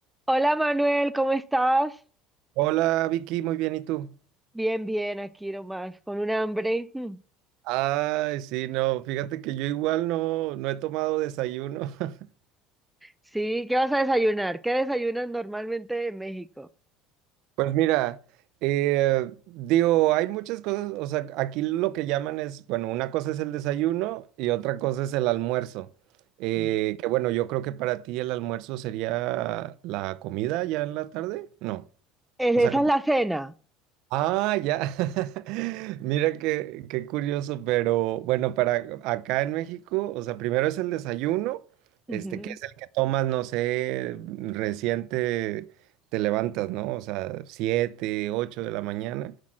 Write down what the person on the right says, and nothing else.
Hola Vicky, muy bien, ¿y tú?
Ay, sí, no, fíjate que yo igual no, no he tomado desayuno. <laughs>
Pues mira, eh, digo, hay muchas cosas, o sea, aquí lo que llaman es, bueno, una cosa es el desayuno y otra cosa es el almuerzo. Eh,
que bueno, yo creo que para ti el almuerzo sería la comida ya en la tarde, ¿no?
O
sea,
Ah, ya. <laughs> Mira qué, qué curioso, pero bueno, para acá en México, o sea, primero es el desayuno,
este, que es el que tomas, no sé, reciente te te levantas, ¿no? O sea, siete, ocho de la mañana.